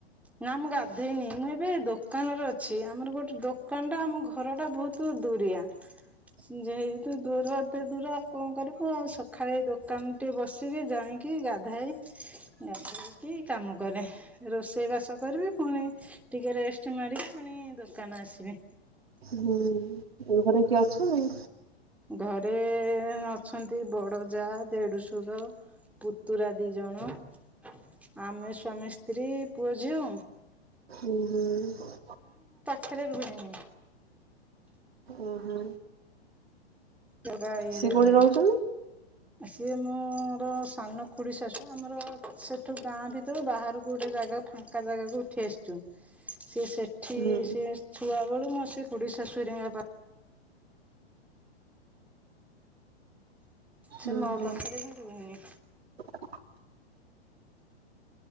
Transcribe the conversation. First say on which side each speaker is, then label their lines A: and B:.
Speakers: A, in the centre; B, on the right (about 70°).
A: ନା ମୁଁ ଗାଧୋଇନି ମୁଁ ଏବେ ଦୋକାନରେ ଅଛି ଆମର ଗୋଟେ ଦୋକାନ ଟା ଆମର ଘର ଟା ବହୁତ ଦୁରିଆ।
B: ହଁ
A: ଯେହତୁ ଦୂର ଏତେ ଦୂର ଆଉ କଣ କରିବୁ ଆଉ ସକାଳେ ଦୋକାନ ଟିକେ ବସିକି ଯାଇଁ କି ଗାଧୋଇ ଗାଧୋଇକି କାମ କରେ ରୋଷେଇ ବାସ ଚା କରିବି ପୁଣି ଟିକେ ରେଷ୍ଟ ମାରିକି ପୁଣି ଦୋକାନ ଆସିମି।
B: ହୁଁ ଏ ଘରେ କିଏ ଅଛନ୍ତି।
A: ଘରେ ଅଛନ୍ତି ବଡ ଯା ଦେଢଶୁର। ପୁତୁରା ଦି ଜଣ। ଆମେ ସ୍ୱାମୀ ସ୍ତ୍ରୀ ପୁଅଝିଅ।
B: ହୁଁ ହୁଁ।
A: ସେରା ବି ହୁଏ ନି।
B: ଓହୋ।
A: ତରା ଆଇ
B: ସିଏ
A: ଘରେ
B: କୋଉଠି
A: ରୁହେ
B: ରହୁଛନ୍ତି
A: ସିଏ ମୋର ସାନ ଖୁଡି ଶାଶୁ। ଆମର ସେଠୁ ଗାଁ ଭିତରୁ ବାହାରକୁ ଗୋଟେ ଜାଗା ଫାଙ୍କା ଜାଗା କୁ ଉଠି ଆସିଛୁ। ସିଏ ସେଠି
B: ହୁଁ
A: ସେ ଛୁଆ ବେଳୁ ମୋ ସେ ଖୁଡିଶାଶୁ ହେରିକା ଙ୍କ ପାଖ ସେ
B: ଉଁ
A: ମୋ
B: ହୁଁ।
A: ପାଖରେ ହିଁ ରୁହେନି।
B: <inaudible>